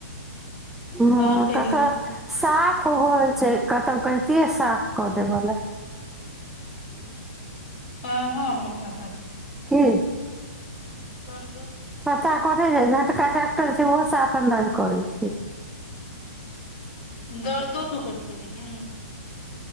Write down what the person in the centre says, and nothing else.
ह
कतऽ सा साफ होइ छैय कतहु कहितियै साफ कऽ देबय ला
हं
पता कथी छैय झटका छैय ओहो साफ अन्दाज करै छैय।